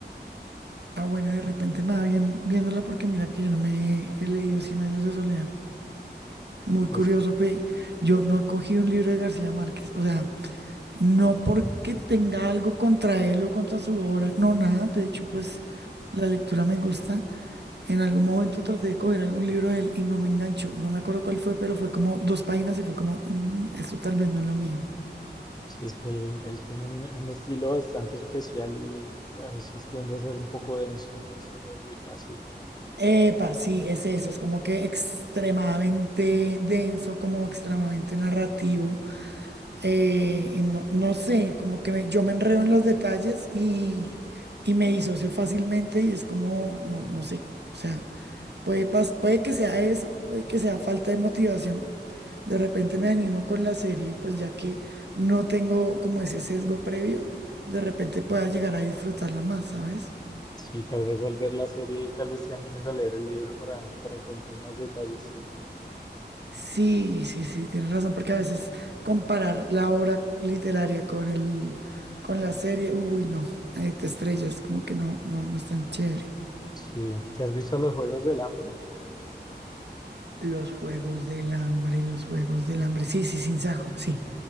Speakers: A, on the right; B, on the left.
A: Ah, bueno, de repente me va bien viéndola porque mira que yo no me he leído Cien años de soledad. Muy
B: Pues
A: curioso, pe. Yo no he cogido un libro de García Márquez, o sea, no porque tenga algo contra él o contra su obra, no, nada. De hecho, pues la lectura me gusta. En algún momento traté de coger algún libro de él y no me enganchó. No me acuerdo cuál fue, pero fue como dos páginas y fue como, "Mm, esto tal vez no es lo mío.
B: Sí, es que él, él tiene un, un estilo bastante especial y a veces tiende a ser un poco denso, entonces no es muy fácil.
A: Epa, sí, es eso, es como que extremadamente denso, como extremadamente narrativo. eh, y no, no sé, como que me- yo me enredo en los detalles y, y me disocio fácilmente y es como, no, no sé, o sea, puede, pas- puede que sea eso, puede que sea falta de motivación. De repente me animo con la serie, pues ya que no tengo como ese sesgo previo, de repente pueda llegar a disfrutarla más, ¿sabes?
B: Sí, tal vez al ver la serie, tal vez te animes a leer el libro para, para encontrar más detalles.
A: Sí, sí, sí, tienes razón, porque a veces comparar la obra literaria con el, con la serie, uy, no, eh, te estrellas, como que no, no, no es tan chévere.
B: Sí, ¿te has visto los Juegos del Hambre?
A: Los Juegos del Hambre, los Juegos del Hambre, sí, sí, sin sajo, sí,